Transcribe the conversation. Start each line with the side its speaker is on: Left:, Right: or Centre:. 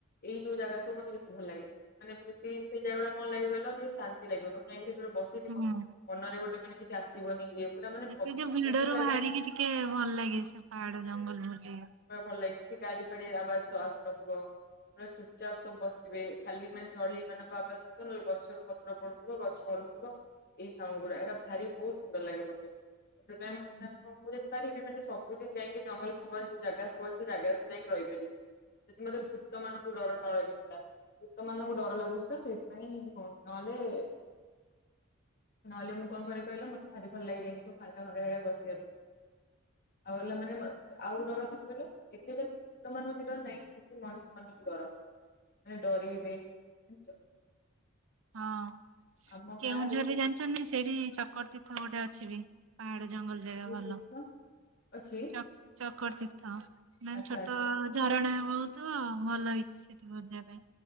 Left: ଏଇ ଜଉ ଜାଗା ସବୁ ମତେ ବେଶି ଭଲ ଲାଗେ। ମାନେ ବେଶୀ ସେଇ ଜାଗା ଟା କଣ ଲାଗେ କହିଲ ଶାନ୍ତି ଲାଗିବ ତମେ ଯାଇକି ସେଠି ବସିି
Right: ହୁଁ <inaudible>
Left: ମନରେ ଗୋଟେ ମାନେ କିଛି ଆସିବନି ଇଏ। ପୁରା ମାନେ
Right: ଏତେ
Left: ପ
Right: ଯୋଉ ଭିଡରୁୁ
Left: ଲାଗିବ ଲାଗିବ
Right: ବାହାରିକି ଟିକେ ଭଲ ଲାଗେ ସେ ପାହାଡ ଜଙ୍ଗଲ ବୁଲି
Left: <unintelligible> ଭଲ ଲାଗେ କିଛି ଗାଡି ଫାଡି ଆବାଜ୍ ଆସୁନଥିବ ପୁରା ଚୁପ୍। ଚପ୍ ସବୁ ବସିଥିବେ ଖାଲି ମାନେ ଚଢେଇ ମାନଙ୍କ ଆବାଜ୍ ଶୁବୁଥିବ ଗଛରୁ ପତ୍ର ପଡୁଥିବ ଗଛ ହଲୁଥିବ ଏଇ ସାାଉଣ୍ଡ ଗୁଡା ଏଟା ଭାରି ବହୁତ ସୁନ୍ଦର ଲାଗେ ମତେ। ସେଥିପାଇଁ ପାରିବିାନେ <unintelligible> ସବୁଦିନ ଯାଇକି ଜଙ୍ଗଲ ଫଙ୍ଗଲ ଯୋଉ ଜାଗା ସବୁ ସେ ଜାଗାକୁ ଯାଇକି ରହିବି। ସେଦିନ ଯଉ ଭୂତ ମାନଙ୍କୁ ଡର ନ ଲାଗିଥାନ୍ତା ଭୂତ ମାନଙ୍କୁ ଡର ଲାଗୁଛି ତ ସେଇଥିପାଇଁ ନହେଲେ ନହେଲେ ମୁ କଣ କରେ କହିଲ ମତେ ଭାରି ଭଲ ଲାଗେ ଯଉ ଫାଙ୍କାଫାଙ୍କା ଜାଗାରେ ବସିବାକୁ ଆଉ ହେଲା ମାନେ ଆଉ ଗୋଡର କଣ କହିଲ ଏତେ <unintelligible> ତ ମାନଙ୍କ ଡର ନାହିଁ କିଛି ମଣିଷ ମାନଙ୍କୁ ଡର ମାନେ ଡରଇବେ ଜାଣିଚ।
Right: ହଁ
Left: ଆମ
Right: କେଉଁଝରରେ
Left: ଗାଁ ରେ
Right: ଜାଣି ସେଠି ଚକର୍ ତୀର୍ଥ ଗୋଟେ ଅଛି ବି ପାହାଡ ଜଙ୍ଗଲ ଜାଗା
Left: ଏ
Right: ଭଲ
Left: ତୀର୍ଥ ଅଛି
Right: ଚକର୍ ତୀର୍ଥ ମାନେ
Left: ଆଚ୍ଛା
Right: ଛୋଟ
Left: ଆଚ୍ଛା ଆଚ୍ଛା
Right: ଝରଣା ବହୁ ଥିବ ଭଲ ହେଇ ସେଠି ବୁଲିବା ପାଇଁ